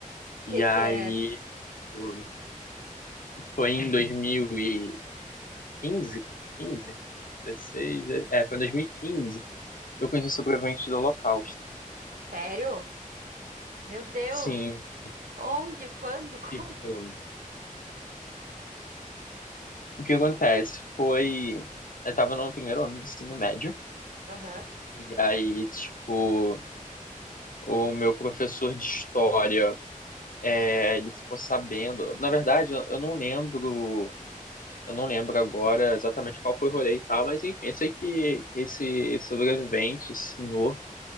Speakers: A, on the right; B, on the left.
A: O
B: E
A: que
B: aí,
A: que é?
B: tipo, foi em 2000 e 15, 15, 16, é, foi em 2015. eu conheci sobreviventes do Holocausto.
A: Sério? Meu Deus!
B: Sim, sim.
A: Onde? Quando? <laughs> Como?
B: Tipo, O que acontece foi, eu tava no primeiro ano do ensino médio,
A: Aham.
B: e aí, tipo, o meu professor de história, é, ele ficou sabendo, na verdade, eu eu não lembro, eu não lembro agora exatamente qual foi o rolê e tal, mas enfim, eu sei que, que esse sobrevivente, esse senhor,